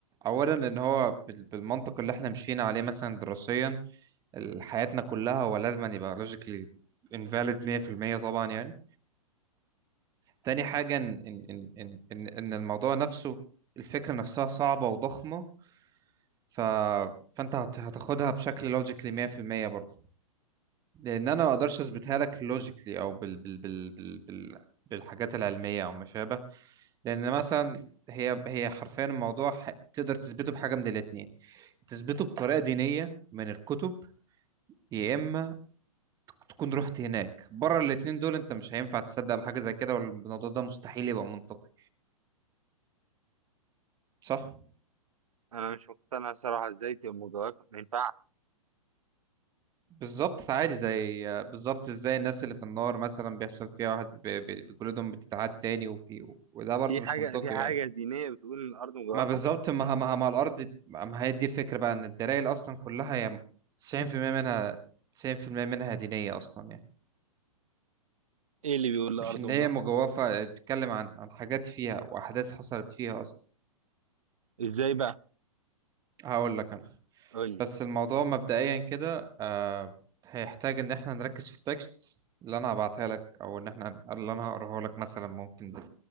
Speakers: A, on the right; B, on the right.
A: اولا ان هو بال- بالمنطق اللي احنا مشينا عليه مثلا دراسيا ال- حياتنا كلها هو لازم أن يبقى لوجيكلي انفاليد 100% طبعا يعني تاني حاجه ان ان ان ان ان إن الموضوع نفسه الفكره نفسها صعبه وضخمه ف فانت هت- هتاخدها بشكل لوجيكلي 100% برضه لان انا ما اقدرش اثبتها لك لوجيكلي او بال بال بال بال بال بالحاجات العلميه او ما شابه لان مثلا هي هي حرفيا الموضوع ح- تقدر تثبته بحاجه من الاثنين تثبته بطريقه دينيه من الكتب يا اما تكون رحت هناك بره الاثنين دول انت مش هينفع تصدق بحاجه زي كده والموضوع ده مستحيل يبقى منطقي صح
B: أنا مش مقتنع صراحة إزاي تبقى مجوفة ما ينفعش
A: بالظبط عادي زي بالظبط ازاي الناس اللي في النار مثلا بيحصل فيها واحد ب- ب- بجلودهم بتتعاد تاني وفي وده برضه
B: في
A: مش
B: حاجة
A: منطقي
B: في حاجة
A: يعني
B: دينية بتقول إن الأرض مجوفة
A: ما بالظبط ما ما ما الارض ما هي دي الفكره بقى ان الدلائل اصلا كلها هي 90% منها 90% منها دينيه اصلا يعني
B: إيه اللي بيقول الأرض
A: مش ان
B: مجوفة
A: هي مجوفه بتتكلم عن عن حاجات فيها واحداث حصلت فيها اصلا
B: إزاي بقى
A: هقول لك انا
B: قول لي
A: بس الموضوع مبدئيا كده آه هيحتاج ان احنا نركز في التكست اللي انا هبعتها لك او ان احنا اللي انا هقراها لك مثلا ممكن دل...